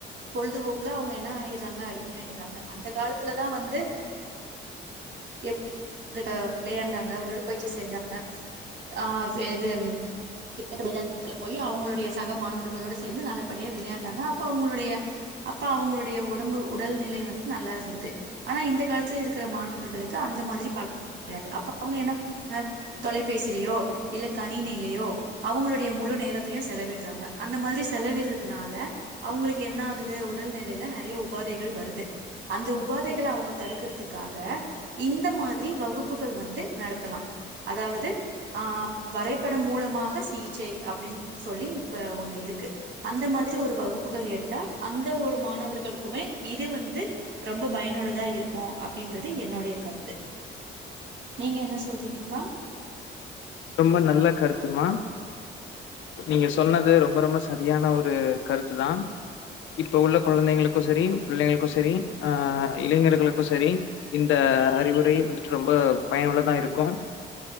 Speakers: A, on the right (about 70°); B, on the left (about 75°).
A: பொழுதுபோக்குல அவங்க என்ன ஆய்டுறாங்க அடிமை ஆய்றாங்க அந்த காலத்துல தா வந்து <unintelligible> விளையாண்டாங்க உடற்பயிற்சி செஞ்சாங்க ஆ வே இது விளையாட்டு மைதானத்துல போயி அவங்களுடைய சக மாணவர்களோடு சேந்து நல்லபடியா விளையாண்டாங்க அப்ப அவங்களுடைய அப்ப அவங்களுடைய உடம்பு உடல் நிலை வந்து நல்லா இருந்தது ஆனா இந்த காலத்துல இருக்கிற மாணவர்களுக்கு அந்த மாதிரி பலன் கெடையாது அப்ப அவங்க என்ன பண்ணாங்க தொலை பேசுலியோ இல்ல கணினிலியோ அவங்களுடைய முழு நேரத்தையு செலவிடுறாங்க அந்த மாதிரி செலவிடுறதுனால அவங்களுக்கு என்ன ஆகுது உடல்நிலையில நெறைய உபாதைகள் வருது அந்த உபாதைகள அவங்க தடுக்குறதுக்கு க்காக இந்த மாதிரி வகுப் குப்புகள் வந்து நடத்தலா அதாவுது ஆ வரைபடம் மூலமாக சிகிச்சை அப்டின்னு சொல்லி இப்ப ஒண்ணு இருக்கு அந்த மாதிரி ஒரு வகுப்புகள் எடுத்தா அந்த ஒரு மாணவர்களுக்குமே இது வந்து ரொம்ப பயனுள்ளதா இருக்கு அப் அப்டின்றது என்னுடைய கருத்து நீங்க என்ன சொல்றீங்கப்பா
B: ரொம்ப நல்ல கருத்துமா நீங்க சொன்னது ரொம் ரொம்ப ரொம்ப சரியான ஒரு கருத்து தான் இப்ப உள்ள கொழந்தைங்களுக்கு சரி பிள்ளைங்களுக்கு சரி அஹ் இளைஞர்களுக்கு சரி இந்த அறிவுரை வந்துட்டு ரொம்ப பயனுள்ளதா இருக்கு